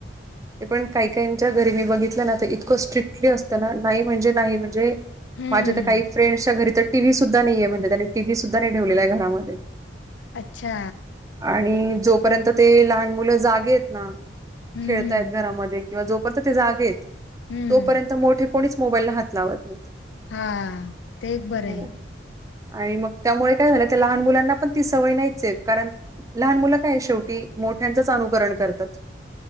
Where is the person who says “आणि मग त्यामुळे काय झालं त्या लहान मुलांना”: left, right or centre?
Right